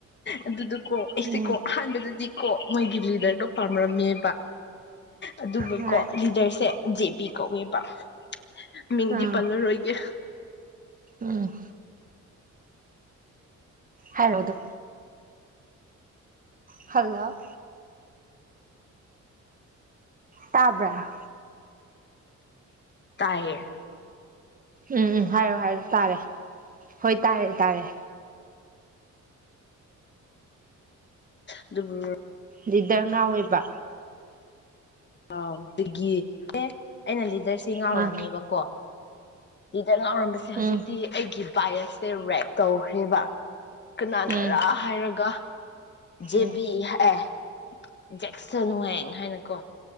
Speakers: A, on the left (about 35°); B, on the right (about 25°).
A: ꯑꯗꯨꯗ ꯀꯣ ꯑꯩꯁꯦ
B: ꯎꯝ
A: ꯀꯣ ꯑꯍꯥꯟꯕꯗꯗꯤ ꯀꯣ ꯃꯣꯏꯒꯤ ꯂꯤꯗꯔꯒ ꯄꯥꯝꯔꯝꯃꯦꯕ ꯑꯗꯨꯒ
B: ꯍꯣꯏ
A: ꯀꯣ ꯂꯤꯗꯔꯁꯦ ꯖꯦ ꯄꯤ ꯀꯧꯋꯦꯕ <inaudible> ꯃꯤꯡꯗꯤ
B: ꯑꯥ
A: ꯄꯜꯂꯔꯣꯏꯒꯦ
B: ꯎꯝ ꯍꯜꯗ ꯍꯜꯂꯣ ꯇꯥꯕ <inaudible>
A: <inaudible> ꯇꯌꯦ
B: ꯎꯝ ꯎꯝ ꯍꯥꯏꯔꯣ ꯍꯥꯏꯔꯣ ꯇꯥꯔꯦ ꯍꯣꯏ ꯇꯥꯔꯦ ꯇꯥꯔꯦ
A: ꯑꯗꯨꯕꯨ
B: ꯗꯤꯗꯔꯃꯥ ꯑꯣꯏꯕ
A: ꯑꯗꯒꯤ ꯑꯦ ꯑꯩꯅ ꯐꯥꯗꯔꯁꯦ ꯉꯥꯎꯔꯝꯃꯦꯕꯀꯣ
B: ꯑꯥ
A: ꯉꯥꯎꯔꯝꯕꯁꯦ
B: ꯎꯝ
A: ꯍꯧꯖꯤꯛꯇꯤ ꯑꯩꯒꯤ ꯄꯥꯏꯔꯁꯦ ꯔꯦꯛ ꯇꯧꯈ꯭ꯔꯦꯕ ꯀꯅꯥꯅꯔꯥ
B: ꯎꯝ
A: ꯍꯥꯏꯔꯒ ꯖꯦꯕꯤ
B: ꯎꯝ
A: ꯍꯑꯦ ꯖꯦꯛꯁꯟ ꯋꯦꯡ ꯍꯥꯏꯅꯀꯣ